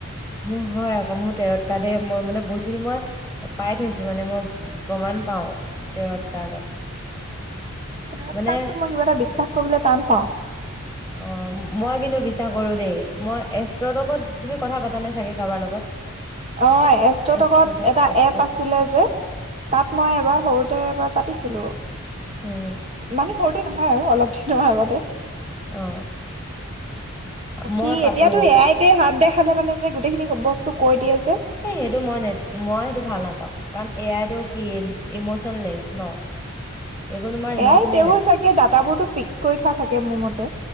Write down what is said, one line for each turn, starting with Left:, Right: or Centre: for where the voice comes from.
Centre: মোৰ হয় আকৌ মোৰ তেৰত কাৰডে মই মানে বহুতখিনি মই পাই থৈছো মানে মই প্ৰমাণ পাওঁ তেৰত কাৰ্ডত
Right: তেৰড
Centre: মানে
Right: কাৰ্ডটো মই কিবা এটা বিশ্বাস কৰিবলৈ টান ক্তা
Centre: অ মই কিন্তু বিশ্বাস কৰো দেই মই এষ্ট্ৰটকত তুমি কথা পাতা নে চাগে কাৰোবাৰ লগত
Right: অ এষ্টটকত
Centre: এষ্ট্ৰটক
Right: এটা
Centre: এপটো
Right: এপ আছিলে যে তাত মই এবাৰ সৰুতে এবাৰ পাতিছিলোঁ ৷
Centre: উম
Right: মানে সৰুতে নহয় আৰু অলপ দিনৰ আগতে
Centre: অ',
Right: বাকী
Centre: মই পাতো
Right: এতিয়াতো এইয়াতে হাত দে খালে মানে যে গোটেইখিনি বস্তু কৈ দিয়ে যে
Centre: এ সেইটো মই- মই সেইটো ভাল নাপাওঁ কাৰণ এ আই টো কি ইমচনলেচ ন? একো তোমাৰ
Right: এ
Centre: ইমচনে
Right: আই তেওঁৰ
Centre: নাই
Right: চাগে ডাটাবোৰতো ফিক্স কৰি থোৱা থাকে মোৰ মতে